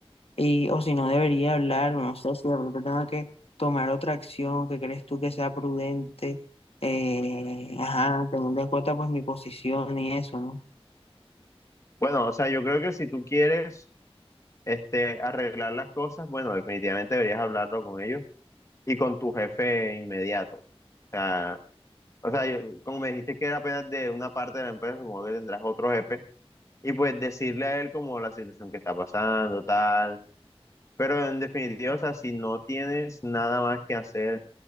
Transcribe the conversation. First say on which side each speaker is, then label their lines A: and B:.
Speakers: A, on the left; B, on the left.
A: y o si no debería hablar, o no sé si de pronto tengo que tomar otra acción que crees tú que sea prudente, eh, ajá, teniendo en cuenta pues mi posición y eso, ¿no?
B: Bueno, o sea, yo creo que si tú quieres este, arreglar las cosas, bueno, definitivamente deberías hablarlo con ellos y con tu jefe inmediato. O sea, o sea, yo- como me dijiste que era apenas de una parte de la empresa, supongo que tendrás otro jefe, y pues decirle a él como la situación que está pasando, tal. Pero en definitiva, o sea, si no tienes nada más que hacer,